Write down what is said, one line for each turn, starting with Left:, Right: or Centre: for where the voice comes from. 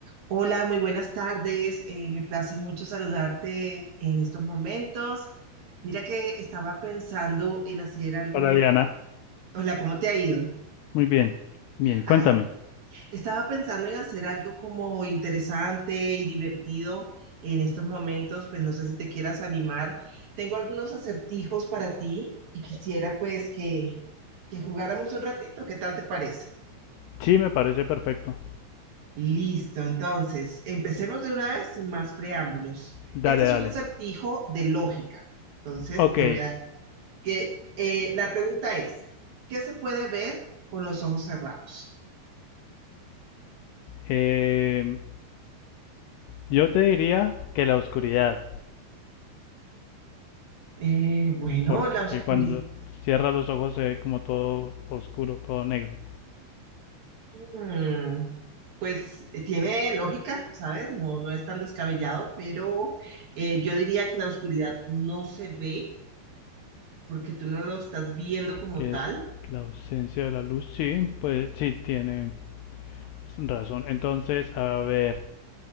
Right: Hola, muy buenas tardes. Eh, me place mucho saludarte en estos momentos. Mira que estaba pensando en hacer algo.
Left: Hola Diana,
Right: Hola, ¿cómo te ha ido?
Left: muy bien, bien, cuéntame.
Right: Ay, bueno. Estaba pensando en hacer algo como interesante y divertido en estos momentos, pues no sé si te quieras animar. Tengo algunos acertijos para ti y quisiera pues que, que jugáramos un ratito. ¿Qué tal te parece?
Left: Sí, me parece perfecto.
Right: Listo, entonces, empecemos de una vez sin más preámbulos.
Left: Dale,
Right: Esto es
Left: dale.
Right: un acertijo de lógica. Entonces,
Left: Ok,
Right: te voy a... Que, eh, la pregunta es, ¿qué se puede ver con los ojos cerrados?
Left: em, yo te diría que la oscuridad,
Right: Eh, bueno,
Left: porque
Right: la oscuridad.
Left: cuando cierras los ojos se ve como todo oscuro, todo negro,
Right: Mm, pues eh, tiene lógica, ¿sabes? No, no es tan descabellado, pero eh, yo diría que la oscuridad no se ve porque tú no lo estás viendo como
Left: que
Right: tal
Left: es la ausencia de la luz. Sí, pues sí, tiene razón. Entonces, a ver,